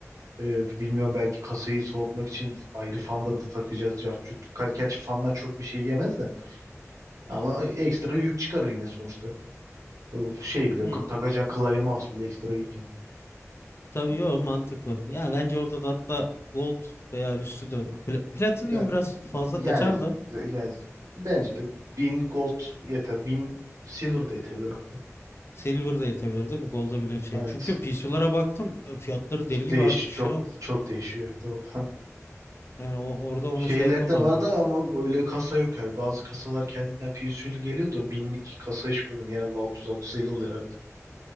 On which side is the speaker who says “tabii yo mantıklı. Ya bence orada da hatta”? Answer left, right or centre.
Left